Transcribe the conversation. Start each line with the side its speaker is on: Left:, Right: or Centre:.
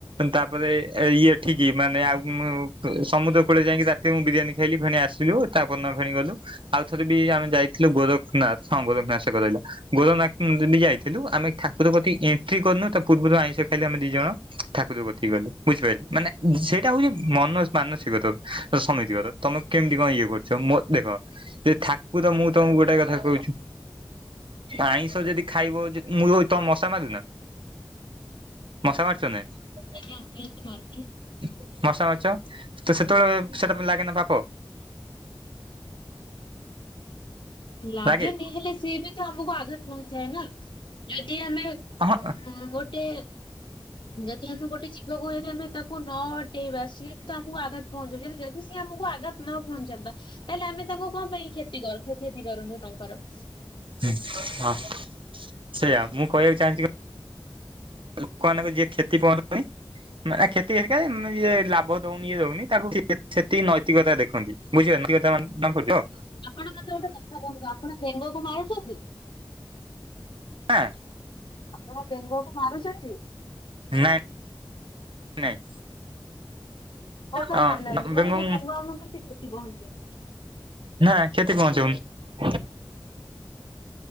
Right: ତାପରେ ଏଇ ଏଠିକି ମାନେ ଆଉ ସମୁଦ୍ର କୂଳେ ଯାଇକି ରାତିରେ ମୁଁ ବିରିୟାନ ଖାଇଲି। ଫେଣି ଆସିଲୁ ତାପରଦିନ ଫେଣି ଗଲୁ। ଆଉଥରେ ବି ଆମେ ଯାଇଥିଲୁ ଗୋରଖନାଥ ହଁ ଗୋରଖନାଥ ସେକରେ ରହିଲା। ଗୋରଖନାଥ ଦ ଯାଇଥିଲୁ। ଆମେ ଠାକୁର କତିକି ଏଣ୍ଟ୍ରି କରିନୁ ତା ପୂର୍ବରୁ ଆଇଁଷ ଖାଇଲୁ ଆମେ ଦି ଜଣ। ଠାକୁର କତିକି ଗଲେ ବୁଝିପାରିଲେ ମାନେ ସେଇଟା ହଉଛି ମନ ମାନସିକତା। ସମିତି କଥା। ତମେ କେମିତି କଣ ଇଏ କରୁଛ ମୋ ଦେଖ ସେ ଠାକୁର ମୁଁ ତମକୁ ଗୋଟାଏ କଥା କହୁଛି। ଆଇଁଷ ଯଦି ଖାଇବ ଯେ ମୁଁ କହୁଚି ତମେ ମଶା ମାରିନ? ମଶା ମାରୀଚ ନାଇ
Left: ଆଜ୍ଞା ଉନ୍ନତି ମାରୁଛୁ
Right: ମଶା ମାରୀଚ? କେତେବେଳେ ସେଟା ଲାଗେନା ପାପ?
Left: ଲାଗେନି
Right: ଲାଗେ
Left: ହେଲେ ସିଏ ବି ତ ଆମକୁ ଆଘାତ ପହଞ୍ଚାଏ ନା। ଯଦି ଆମେ
Right: ହଁ
Left: ଉ ଗୋଟେ ଯଦି ଆମେ ଗୋଟେ ଜିବକୁ ହେଇଥାନ୍ତା ତାପ କୁ ନ ଅଟେଇବା ସିଏ ବି ତ ଆମକୁ ଆଘାତ ପହଞ୍ଚାଉ ଯଦି ସିଏ ଆମକୁ ଆଘାତ ନ ପହଞ୍ଚାନ୍ତା। ତାହେଲେ ଆମେ ତାଙ୍କୁ କଣ ପାଇଁ କ୍ଷତି କର କ୍ଷତି କରନ୍ତୁ ତାଙ୍କର।
Right: ହୁଁ ହଁ ସେଇଆ ମୁଁ କହିବାକୁ ଚାହୁଁଛି କ ଲୋକମାନଙ୍କୁ ଯିଏ କ୍ଷତି କରନି <inaudible> ନା କ୍ଷତିିହେରିକା ଇଏ ଲାଭ ଦଉନି ଇଏ ଦଉନି ତାକୁ ସେତିକି ନୈତିକତା ଦେଖନ୍ତି। ବୁଝିପାର ନୈତିକତା ମାନେ <inaudible>
Left: ଆପଣ ମତେ ଗୋଟେ କଥା କହନ୍ତୁ ଆପଣ ବେଙ୍ଗ କୁ ମାରୁଛନ୍ତି?
Right: ହଁ।
Left: ଆପଣ ବେଙ୍ଗ କୁ ମାରୁଛନ୍ତି?
Right: ନାଇଁ ନାଇଁ।
Left: କଣ ପାଇଁ
Right: ହଁ
Left: ମାରୁନାହାନ୍ତି
Right: ବେଙ୍ଗକୁ
Left: କାହିଁକିନା ବେଙ୍ଗ ଆମଙ୍କୁ କିଛି କ୍ଷତି ପହଞ୍ଚାଇନାହାନ୍ତି।।
Right: ନା କ୍ଷତ ପହଞ୍ଚିବା।